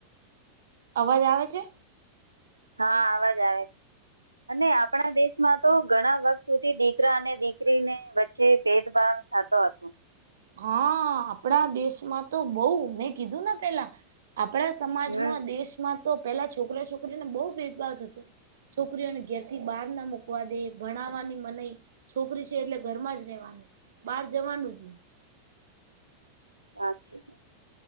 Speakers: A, on the right; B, on the right.
A: અવાજ આવે છે
B: હા અવાજ આવે છે અને આપણા દેશમાં તો ઘણા વખત સુધી દીકરા અને દીકરીને વચ્ચે ભેદભાવ ખતો હતોું
A: હા આપણા દેશમાં તો બહ મેં કીધું ને પેલા આપડા સમાજમાં
B: હમ
A: દેશમાં તો પેલા છોકરા છોકરીને બહુ ભેદભાવ થતો છોકરીઓને ઘેરથી બહાર ના મુૂકવા દે ભણાવવાની મને છોકરી છે એટલે ઘરમાં જ રહેવાનું બહાર જવાનું જ નહી
B: હાછી